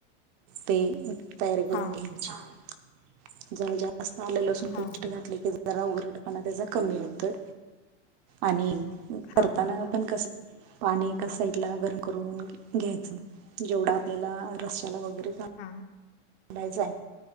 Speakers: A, on the right (about 40°); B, on the left (about 55°).
A: तेल तयारी करून
B: हा
A: घ्यायची जरा जास्त आल लसूण
B: हा
A: पेस्ट घातली की <inaudible> जरा उघरटपणा त्याचा कमी येतोय आणि
B: हा
A: करताना पण कस पाणी एका साइडला गरम करून घ्यायचं. जेवढा आपल्याला रश्याला वगैरे लागतय
B: हा हा
A: करायचं हाय